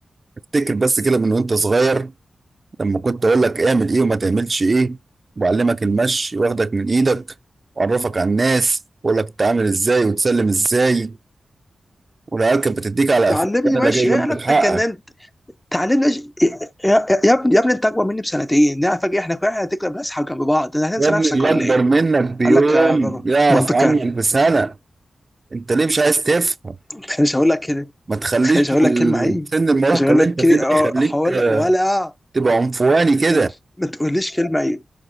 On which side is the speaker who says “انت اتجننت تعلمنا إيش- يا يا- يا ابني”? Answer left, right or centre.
Left